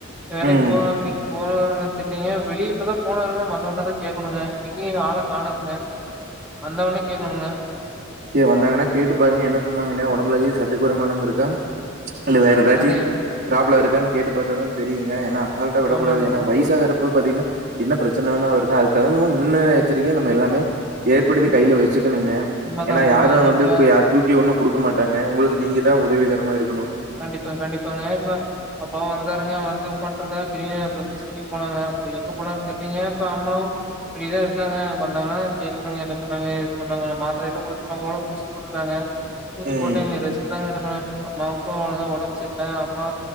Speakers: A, in the centre; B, on the right.
A: வேலைக்கு
B: ம்
A: போக இன்னைக்கு போன தெர்லீங்க வெளிய இப்பதா போனாருங்க வந்தவோனே தா கேட்கணுங்க இங்கயு ஆள காணங்க வந்தவனே கேட்கணுங்க
B: சரி வந்தாங்கன்னா கேட்டு பாருங்க என்ன சொன்னாங்கனையா உடம்புலகி சத்து குறைமானம் இருக்கா இல்ல வேற ஏதாச்சு
A: அது என்
B: ப்ராப்ளம் இருக் என்னனு கேட்டு பார்த்தாதா தெரியுங்க ஏன்னா அசால்டா விடக்கடாது
A: ஆமாங்க,
B: ஏன்னா
A: ஆமாங்க.
B: வயசாகரு பாத்தீங்கன்னா என்ன பிரச்சன வேணாஇருங்க அது தகுந் முன் எச்சரிக்கையா நம்ம எல்லாமே ஏற்படுத்தி கையில வச்சு க்கனுங்க
A: உண்மதாங்க,
B: எனா
A: உண்மதாங்க.
B: யாரும் வந்து
A: இப்ப
B: தூக்கி ஒண் ன்னு குடுக்க மாட்டாங்க உங்களுக்கு நீங்க தா உதவிகரமா இருக்கு
A: கண்டிப்பா கண்டிப்பாங்க இப்ப அப்பா வந்தாருங்க வந்து உட்கான்றத தெரிய வந்து சொல்லி போனாங்க இப்ப எங்க போனா தெரிலீங்க இப்ப அம்மாவு இப்படிதா இருக்காங்க வந்தாங்கன்னா கேட்கணு என்ன சொன்னாங்க ஏது சொன்னாங்க மாத்திரைட் குடுத் அவங்களு ஊசி போட்டுருந்தாங்க ஊசி
B: ம்
A: போட்ட இனி ரெஸ்ட்தாங்க எடுப் ம் அம்மாவு இப்ப அவளவுதா உடம்புசெர்ல அம்மா